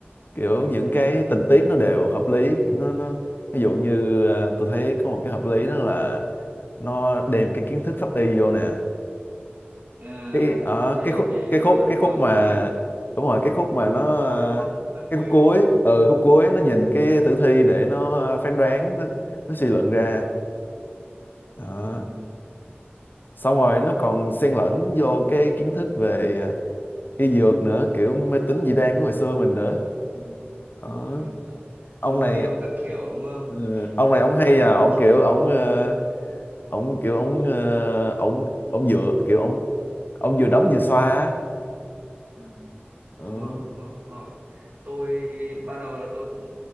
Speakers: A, on the left; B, on the right.
A: kiểu những
B: ừ
A: cái tình tiết nó đều hợp lý nó nó ví dụ như à, tôi thấy có một cái hợp lý đó là nó đem cái kiến thức pháp y vô nè
B: à
A: cái ở
B: ok
A: cái khúc
B: ok
A: cái
B: ừ
A: khúc
B: đúng
A: cái khúc
B: rồi
A: mà
B: Favi
A: đúng rồi cái khúc mà nó
B: khúc cuối đúng không
A: à,
B: khúc gần
A: cái
B: cuối
A: khúc cuối
B: đúng không
A: ờ khúc cuối nó
B: ừ
A: nhìn cái tử thi để nó à, phán đoán nó, nó suy luận ra đó
B: ừ
A: xong rồi nó còn xen lẫn vô cái kiến thức về à, y dược nữa kiểu mê tín dị đoan của hồi xưa mình nữa
B: ừ đúng
A: đó.
B: rồi đúng rồi
A: ông
B: hương
A: này
B: liệu các kiểu đúng không
A: ừ, ông
B: cái
A: này ông hay à
B: ở
A: ông
B: trong
A: kiểu ông ờ, ông kiểu ông ờ, ông ông dựa kiểu ông ông vừa đóng vừa xoa á.
B: ừ
A: ừ.
B: đúng rồi đúng rồi đúng rồi tôi ban đầu là tôi cũng